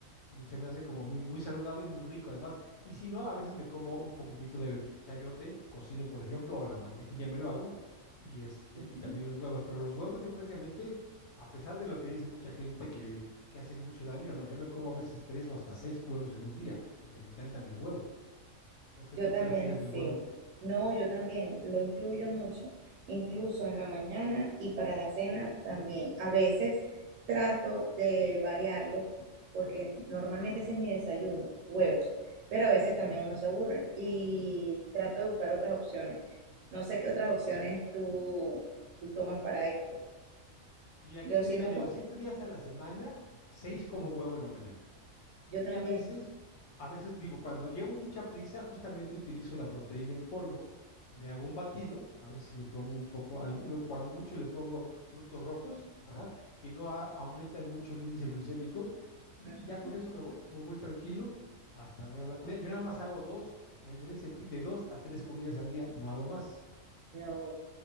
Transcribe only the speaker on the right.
ujú.
Yo
también,
sí. No, yo también lo incluyo mucho, incluso en la mañana y para la cena también. A veces trato de variarlo porque normalmente ese es mi desayuno, huevos, pero a veces
también uno se aburre y trato de buscar otras opciones. No sé qué otras opciones tú, tú tomas para esto.
Yo
si
no,
co-
Ujú.
Yo
también.
Ujú.
No, ok.